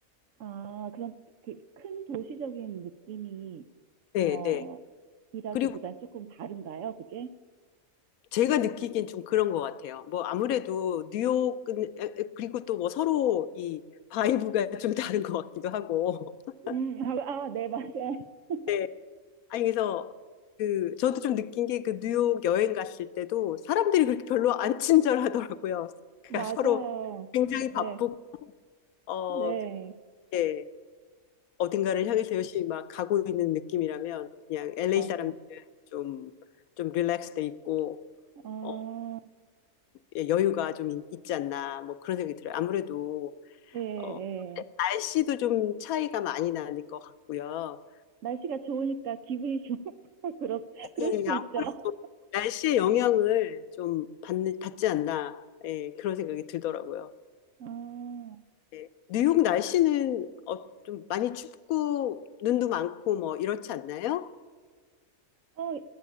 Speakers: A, on the right (about 65°); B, on the left (about 75°).
A: 아, 그럼 그 큰 도시적인 느낌이,
B: 네,
A: 어,
B: 네.
A: 이라기보단
B: 그리고
A: 조금 다른가요, 그게?
B: 제가 느끼기엔 좀 그런 것 같아요. 뭐 아무래도 뉴욕은 그리고 또 뭐 서로 이 바이브가 <laughs> 좀 다른 것 같기도 하고. <laughs>
A: 음, 아, 아, 네, 맞아요. <laughs>
B: 네. 아니 그래서 그 저도 좀 느낀 게 그 뉴욕 여행 갔을 때도 사람들이 그렇게 별로 안 친절하더라고요. 그러니까
A: 맞아요.
B: 서로 굉장히
A: 네,
B: 바쁘고 어
A: 네,
B: 그게 어딘가를 향해서 열심히 막 가고 있는 느낌이라면 그냥 LA
A: 맞아요.
B: 사람들은 좀좀 릴렉스돼 있고
A: 어,
B: 어, 예, 여유가 좀 있- 있지 않나 뭐 그런 생각이 들어요. 아무래도
A: 예, 예.
B: 어, 날씨도 좀 차이가 많이 나는 것 같고요.
A: 날씨가 좋으니까 기분이 좋고, <laughs> 그럴, 그럴
B: 예,
A: 수도
B: 아무래도
A: 있죠.
B: 날씨의 영향을 좀 받는, 받지 않나, 예, 그런 생각이 들더라고요.
A: 아,
B: 예. 뉴욕 날씨는 어, 좀 많이 춥고 눈도 많고 뭐 이렇지 않나요?
A: 어,